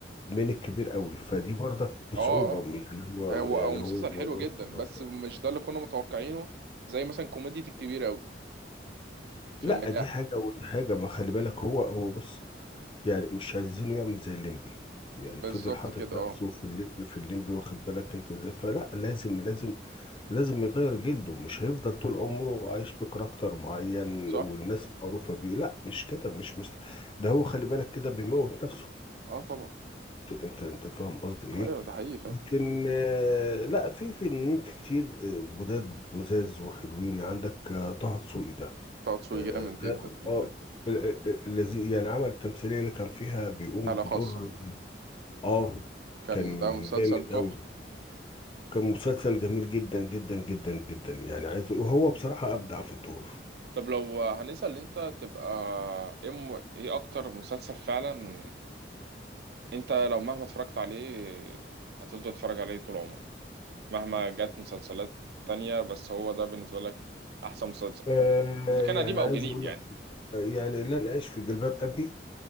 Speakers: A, on the left; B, on the right.
A: من الكبير قوي فدي برضك بصعوبة
B: اه اه
A: يعني هو
B: آه، هو
A: يعني
B: هو مسلسل
A: هو الموضوع
B: حلو جدا
A: صعب
B: بس مش ده اللي كنا متوقعينه زي مثلا كوميديا الكبير أوي في
A: لا
B: النجاح
A: دي حاجة ودي حاجة ما خلي بالك هو هو بص يعني مش عايزينه يعمل زي الليمبي يعني
B: بالظبط
A: فضل حاطط
B: كده
A: نفسه
B: اه
A: في الليمبي في الليمبي واخد بالك انت ازاي فلا لازم لازم لازم يغير جلده مش هيفضل طول عمره عايش بكاركتر معين
B: صح
A: والناس معروفة بيه لا مش كده مش مش ده هو خلي بالك كده بيموت نفسه
B: اه طبعا
A: انت انت فاهم قصدي ايه
B: ايوه ده حقيقي فعلا
A: لكن آه، لا في فنانين كتير آه، جداد لذاذ وحلوين عندك آه، طه دسوقي ده
B: طه دسوقي
A: آه،
B: جامد
A: ده
B: جدا جدا
A: اه ال- ال- الذي يعني عمل التمثيلية اللي كان فيها بيقوم
B: حالة
A: بدور
B: خاصة
A: اه
B: كان
A: كان
B: ده مسلسل
A: جامد
B: تحفة
A: قوي كان مسلسل جميل جدا جدا جدا جدا يعني عايز وهو بصراحة أبدع في الدور
B: طب لو هنسأل انت تبقى ام ايه اكتر مسلسل فعلا انت لو مهما اتفرجت عليه هتفضل تتفرج عليه طول عمرك مهما جت مسلسلات تانية بس هو ده بالنسبة لك احسن مسلسل
A: آه
B: اذا كان
A: يعني
B: قديم او
A: عايز
B: جديد
A: اقول
B: يعني
A: لك يعني لن اعيش في جلباب ابي